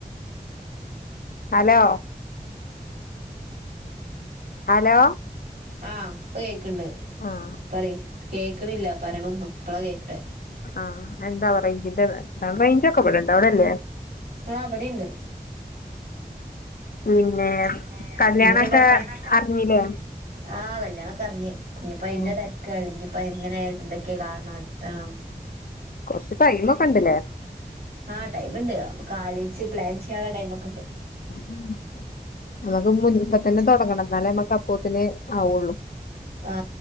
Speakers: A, on the left; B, on the right.
A: ഹലോ ഹലോ
B: ആ ഇപ്പ കേക്ക്ണ്ട്
A: ആഹ്
B: പറയ് കേൾക്ക്ണില്ല പറയണൊന്നും പ്പള കേട്ടത്
A: ആഹ് എന്താ റേഞ്ചിന്റെ റേഞ്ചൊക്കെ ഇവിടെണ്ട് അവിടെല്ലേ
B: ആ ബ്ടെണ്ട്
A: പിന്നെ
B: പിന്നെ
A: കല്യാണൊക്കെ
B: എന്തൊക്കെണ്ട് വർത്താനം
A: അറിഞ്ഞില്ലേ
B: ആ കല്യാണൊക്കെ അറിഞ്ഞ് ഇഞ്ഞ്പ്പോ അയിന്റെ
A: ഏഹ്
B: തിരക്ക ഇഞ്ഞ്പ്പങ്ങന എന്തൊക്കെയ നടത്തണം
A: കൊറച്ച് ടൈമൊക്കെ ഇണ്ട്ല്ലേ
B: ആ ടൈമ്ണ്ട് ക്കാല്ച്ച് പ്ലാൻ ചെയ്യാള്ള ടൈമൊക്കെണ്ട്
A: <unintelligible> മുൻ ഇപ്പ തന്നെ തൊടങ്ങണം എന്നാലേ നമ്മക്ക് അപ്പോത്തിന് ആവുള്ളൂ
B: ആ